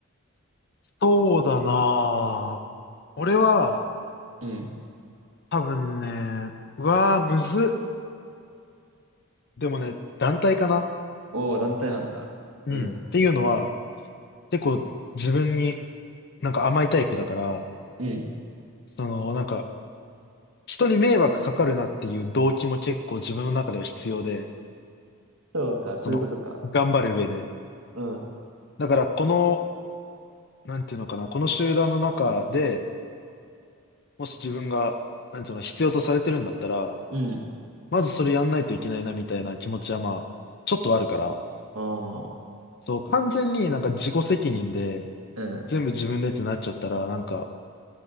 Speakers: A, on the left; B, on the right.
A: そうだなぁ。俺は、
B: うん。
A: 多分ね、うわぁ、むずっ。でもね、団体かな
B: おお、団体なんだ。
A: うん。
B: うん。
A: っていうのは、結構自分になんか甘いタイプだから、
B: うん。
A: そのなんか人に迷惑かかるなっていう動機も結構自分の中では必要で、
B: そうか、
A: その頑張る上で。
B: そういうことか。うん。
A: だからこの、なんていうのかな、この集団の中で、もし自分が、なんていうのか必要とされてるんだったら、
B: うん。
A: まずそれやんないといけないなみたいな気持ちはまあ、ちょっとはあるから、
B: ああ。
A: そう、完全になんか自己責任で
B: うん。
A: 全部自分でってなっちゃったら、なんか、